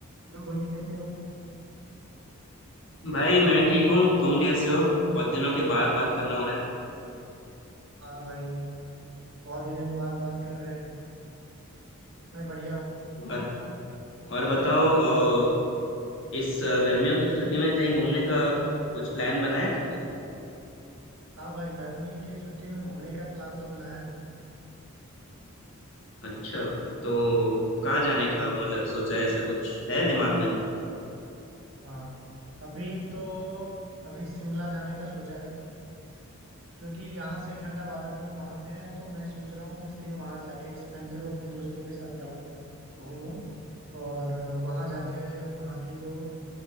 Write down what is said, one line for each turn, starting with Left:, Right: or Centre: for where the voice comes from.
Right: Hello भाई कैसे हो
Left: भाई मैं ठीक हूँ तुम कैसे हो बहुत दिनों के बाद बात करना हो रहा है
Right: हाँ भाई बहुत दिनों के बाद बात कर रहे हैं मैं बढ़िया हूँ
Left: और, और बताओ अ, इस अ, गर्मियों की छुट्टी में कहीं घूमने का कुछ प्लान बनाया तुमने
Right: हाँ भाई गर्मी की छुट्टी में घूमने का प्लान तो बनाया है
Left: अच्छा तो कहाँ जाने का मतलब सोचा है ऐसा कुछ है दिमाग में
Right: हाँ अभी तो अभी शिमला जाने का सोचा है क्योंकि यहाँ से ठंडा वातावरण वहाँ पे है तो मैं सोच रहा हूँ कुछ दिन वहाँ जाके एक्सपेंड करूँ अपने दोस्तों के साथ जाऊँ घूमूं और वहाँ जाके वहाँ के जो